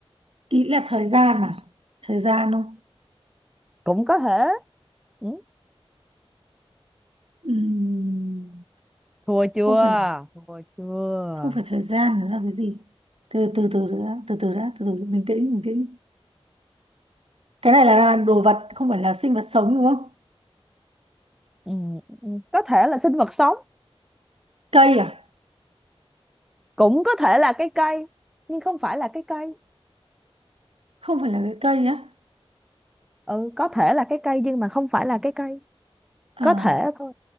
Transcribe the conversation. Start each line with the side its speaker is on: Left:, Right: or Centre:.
Right: ý là thời gian à thời gian không
Centre: cũng có thể ừ.
Right: Ừm
Centre: thua chưa
Right: không phải
Centre: thua chưa
Right: không phải thời gian nó là cái gì từ từ từ từ đã từ từ đã từ từ bình tĩnh bình tĩnh cái này là đồ vật không phải là sinh vật sống đúng không
Centre: ừ. ừ, có thể là sinh vật sống
Right: cây à
Centre: cũng có thể là cái cây nhưng không phải là cái cây
Right: không phải là cái cây á
Centre: ừ có thể là cái cây nhưng mà không phải là cái cây
Right: à
Centre: có thể thôi